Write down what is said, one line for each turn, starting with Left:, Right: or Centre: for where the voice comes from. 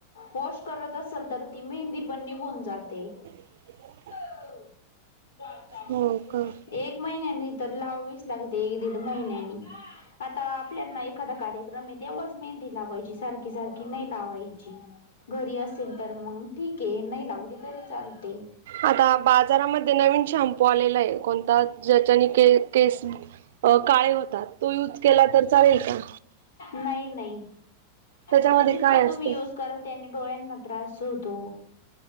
Left: वॉश करत असाल तर ती मेहंदी पण निघून जाते.
Right: <inaudible>
Left: <unintelligible>
Right: हो का
Left: एक महिन्यानी तर लावीच लागते एक दीड महिन्यानी आता आपल्याला एखादा कार्यक्रम आहे तेव्हाच मेहंदी लावायची सारखी सारखी नाही लावायची. घरी असेल तर मग ठीक आहे नाही लावली तरी चालते.
Right: आता बाजारामध्ये नवीन शॅम्पू आलेला आहे कोणता ज्याच्यानी के-केस काळे होतात तो यूज केला तर चालेल का?
Left: नाही नाही
Right: त्याच्यामध्ये
Left: तो जितका
Right: काय
Left: तुम्ही
Right: असतं?
Left: यूज कारण त्याने डोळ्यांना त्रास होतो